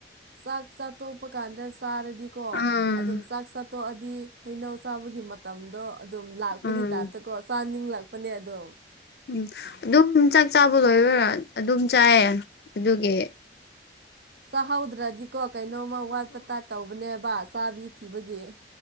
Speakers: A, on the right; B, on the left.
A: ꯆꯥꯛ ꯆꯥ ꯇꯣꯛꯄ ꯀꯥꯟꯗ ꯆꯥꯔꯗꯤꯀꯣ
B: ꯎꯝ
A: ꯑꯗꯨꯝ ꯆꯥꯛ ꯆꯥꯠꯇꯣꯛꯑꯗꯤ ꯍꯩꯅꯧ ꯆꯥꯕꯒꯤ ꯃꯇꯝꯗꯣ ꯑꯗꯨꯝ ꯂꯥꯛꯄꯒꯤ
B: ꯎꯝ
A: ꯇꯥꯏꯞꯇꯀꯣ ꯆꯥꯅꯤꯡꯂꯛꯄꯅꯦ ꯑꯗꯨꯝ
B: ꯎꯝ ꯑꯗꯨꯝ ꯆꯥꯛ ꯆꯥꯕ ꯂꯣꯏꯔꯔ ꯑꯗꯨꯝ ꯆꯥꯏꯌꯦ ꯑꯗꯨꯒꯤ
A: ꯁꯍꯥꯎꯗ꯭ꯔꯙꯛ ꯀꯣ ꯀꯩꯅꯣꯝꯃ ꯋꯥꯠ ꯄꯇꯥꯠ ꯇꯧꯕꯅꯦꯕ ꯆꯥꯕꯤ ꯊꯤꯕꯒꯤ